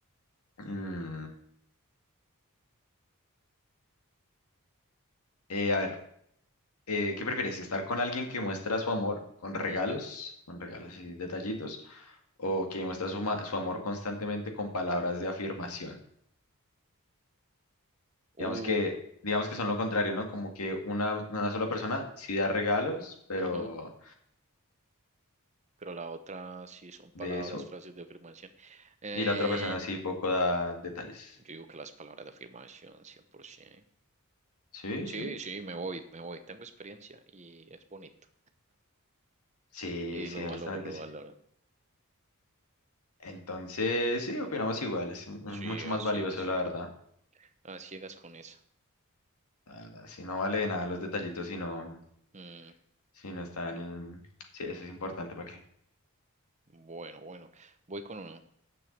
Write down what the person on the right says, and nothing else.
Ujú.
Uh,
ujú. Pero la otra sí son palabras,
frases de afirmación. Eh,
Yo digo que las palabras de afirmación, 100%.
Sí,
sí, me voy, me voy. Tengo experiencia y es bonito.
<laughs> Y
lo
valoro, lo
valoro.
Sí,
a
ciegas,
a ciegas con eso.
Mm,
bueno, bueno, voy con uno.